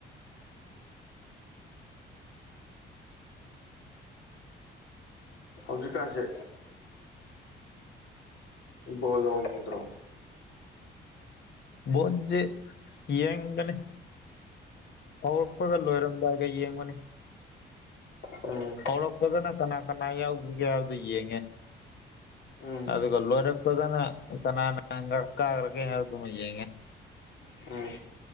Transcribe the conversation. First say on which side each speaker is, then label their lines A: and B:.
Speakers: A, on the left (about 70°); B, on the left (about 55°).
A: ꯍꯧꯖꯤꯛꯀꯥꯟꯁꯦ ꯕꯣꯜ ꯅꯣꯡ ꯌꯦꯡꯗ꯭ꯔꯣ
B: ꯕꯣꯜꯖꯦ ꯌꯦꯡꯒꯅꯤ ꯍꯧꯔꯛꯄꯒ ꯂꯣꯏꯔꯝꯗꯥꯏꯒ ꯌꯦꯡꯕꯅꯤ
A: ꯎꯝ
B: ꯍꯧꯔꯛꯄꯗꯅ ꯀꯅꯥ ꯀꯅꯥ ꯌꯥꯎꯈꯤꯒꯦ ꯍꯥꯏꯕꯗ ꯌꯦꯡꯉꯦ
A: ꯎꯝ
B: ꯑꯗꯨꯒ ꯂꯣꯔꯛꯄꯗꯅ ꯀꯅꯥꯪ ꯀꯒ꯭ꯔꯒꯦꯍꯥꯏꯗꯨ ꯃ ꯌꯦꯡꯑꯦ
A: ꯎꯝ